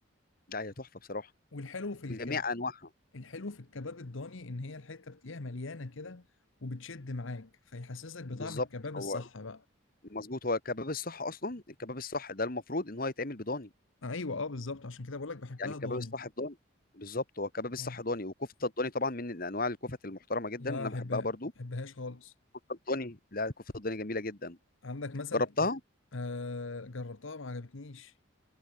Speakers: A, on the left; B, on the left.
A: لا هي تحفه بصراحه
B: والحلو في
A: بجميع
B: الكب
A: انواعها
B: الحلو في الكباب الضاني ان هي الحته بتلاقيها مليانه كده وبتشد معاك فيحسسك بطعم
A: بالظبط
B: الكباب
A: هو
B: الصح بقى
A: مظبوط هو الكباب الصح اصلا الكباب الصح ده المفروض ان هو يتعمل بضاني
B: ايوه اه بالظبط عشان كده بقول لك بحبها
A: يعني الكباب
B: ضاني
A: الصح بضاني بالظبط هو الكباب الصح
B: اه
A: ضاني وكفته الضاني طبعا من انواع الكفت المحترمه جدا
B: لا
A: انا
B: احبها
A: بحبها برضو
B: ما احبهاش خالص
A: كفته الضاني لا كفته الضاني جميله جدا
B: عندك مثلا
A: جربتها
B: آه جربتها ما عجبتنيش